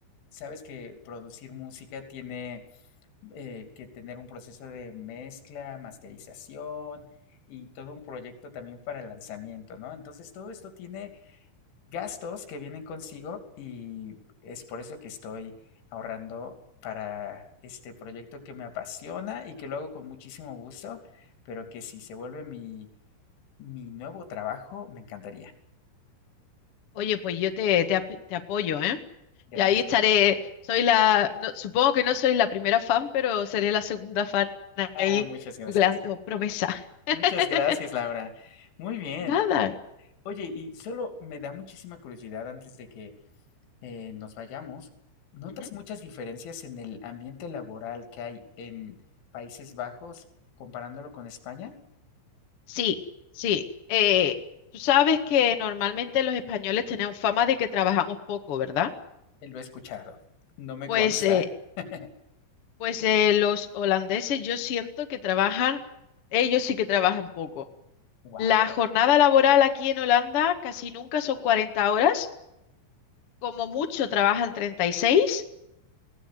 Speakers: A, on the left (about 75°); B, on the left (about 60°).
A: Sabes que producir música tiene eh, que tener un proceso de mezcla, masterización y todo un proyecto también para lanzamiento, ¿no? Entonces todo esto tiene gastos que vienen consigo y es por eso que estoy ahorrando para este proyecto que me apasiona y que lo hago con muchísimo gusto, pero que si se vuelve mi, mi nuevo trabajo, me encantaría.
B: Oye, pues yo te, te, ap- te apoyo, ¿eh?
A: Gracias.
B: Y ahí estaré. Soy la, no- supongo que no soy la primera fan, pero seré la segunda fan
A: Ah,
B: ahí
A: muchas gracias.
B: googleando promesa. <laughs>
A: Muchas gracias, Laura. Muy bien.
B: Nada.
A: O- Oye, y solo me da muchísima curiosidad antes de que eh, nos vayamos, ¿notas
B: Ujú.
A: muchas diferencias en el ambiente laboral que hay en Países Bajos comparándolo con España?
B: Sí, sí. Eh, tú sabes que normalmente los españoles tenemos fama de que trabajamos poco, ¿verdad?
A: Eh, Lo he escuchado. No me
B: Pues
A: consta.
B: eh,
A: <laughs>
B: Pues eh, los holandeses yo siento que trabajan, ellos sí que trabajan poco.
A: Wow.
B: La jornada laboral aquí en Holanda casi nunca son 40 horas, como mucho trabajan 36,